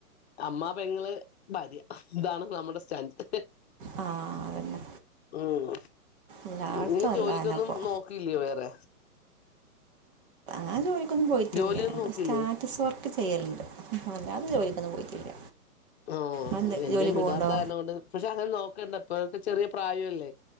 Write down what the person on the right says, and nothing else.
ആ അതന്നെ
എല്ലായിടത്തും
അല്ല തന്നെ അപ്പോൾ
ഞാൻ ജോലിക്കൊന്നും പോയിട്ടില്ല
സ്റ്റാറ്റസ് വർക് ക്ക് ചെയ്യലുണ്ട് അല്ലാതെ ജോലിക്കൊന്നും പോയിട്ടില്ല
നിങ്ങൾ
ജോലിക്ക്
പോകണ്ടോ